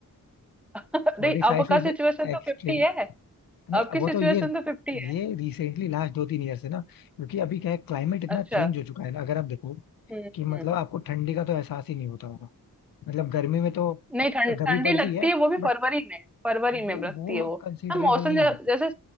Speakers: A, in the centre; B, on the left.
A: <laughs>
B: फोर्टी
A: नहीं
B: फाइव
A: अब का
B: ही
A: सिचुएशन तो
B: एक्सट्रीम
A: फिफ्टी है
B: नहीं
A: अब की
B: वो
A: सिचुएशन
B: तो ये
A: तो फिफ्टी है
B: ये रिसेंटली लास्ट दो तीन ईयर से ना क्योंकि अभी क्या है क्लाइमेट इतना
A: अच्छा
B: चेंज हो चुका है ना अगर आप देखो
A: हम्म
B: कि मतलब
A: हम्म।
B: आपको ठंडी का तो एहसास ही नहीं होता होगा मतलब गर्मी में तो
A: नहीं ठंड
B: गर्मी
A: ठंडी
B: पड़ती
A: लगती
B: है
A: है वो भी
B: बट
A: फरवरी में फरवरी
B: वो
A: में लगती
B: वो
A: है वो
B: कंसिडरेबल
A: हाँ मौसम
B: नहीं
A: ज-
B: है
A: जैसे